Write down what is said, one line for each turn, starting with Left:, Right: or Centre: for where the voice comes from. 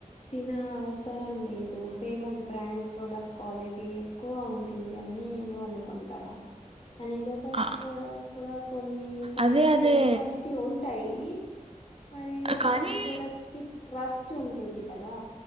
Left: తిన అవసరం లేదు ఫేమస్ బ్రాండ్ ప్రోడక్ట్ క్వాలిటీ ఎక్కువ ఉంటుంది అన్ నేను అనుకుంటాన అని లోకల్
Right: ఆ
Left: ప్రోడక్ట్ కూడా కొన్నిసరి
Right: అదే అదే
Left: సేమ్ క్వాలిటీ ఉంటాయి మరి
Right: కానీ
Left: బ్రాండ్ ప్రొడక్ట్ కి రస్ ఉంటుంది కదా